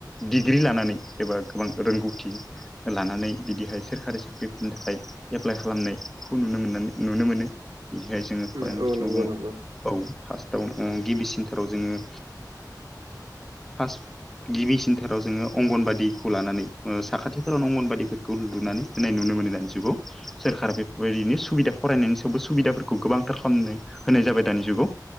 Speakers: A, in the centre; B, on the right.
A: डिग्रि लानानै एबा गोबां रोंगौथि ओ लानानै बिदिहाय सोरखारि साख्रिफोरनि थाखाय एप्लाइ खालामनायखौ नुनो मोननानै नुनो मोनो बिनिहाय जोङो फरायनाय
B: उम औ
A: बिथिङाव
B: नंगौ
A: बुङो
B: नंगौ
A: औ फार्स्टआव ओ गिबिसिनथाराव जोङो फास्ट गिबिसिनथाराव जोङो अंगनबादिखौ लानानै ओ साखाथिफोरावनो अंगनबादि खौ लुनानै होनाय नुनो मोनो दानि जुगाव सोरखारा बेफोर बायदिनो सुबिदा फरायनायनि थेवबो सुबिदाफोरखौ गोबांथार खालामनाय होनाय जाबाय दानि जुगाव